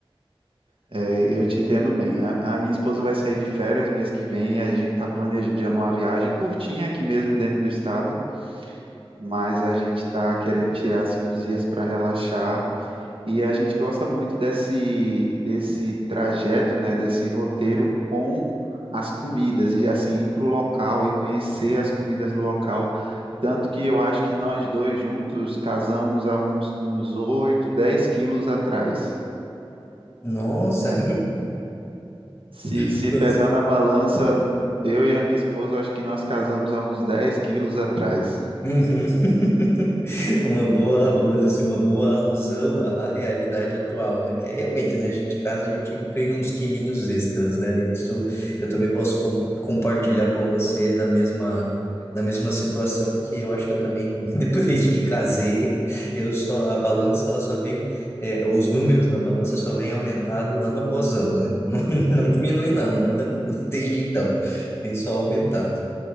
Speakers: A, on the right; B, on the left.
A: É, eu te entendo bem. A, a minha esposa vai sair de férias mês que vem, a gente está planejando uma viagem curtinha aqui mesmo dentro do estado mas a gente está querendo tirar assim uns dias para relaxar e a gente gosta muito desse desse trajeto, né, desse roteiro com as comidas e assim ir para o local e conhecer as comidas do local. Tanto que eu acho que nós dois juntos casamos há uns, uns 8, 10 quilos atrás,
B: Nossa,
A: né? Se,
B: <laughs>
A: se pesar na balança, eu e a minha esposa, acho que nós casamos há uns 10 quilos atrás.
B: Uhum. <laughs> Uma boa, vamos dizer assim, uma boa alusão à, à realidade atual, né? Que é realmente, né? A gente casa, a gente ganha uns quilinhos extras, né? Isso eu também posso com- compartilhar com você da mesma, da mesma situação, porque eu acho que eu também, <laughs> depois de que casei, eu só, a balança, ela só vem, é, os números na balança só vem aumentado ano após ano, né? <laughs> Não, não diminui, não, nunca, desde então, tem só aumentado.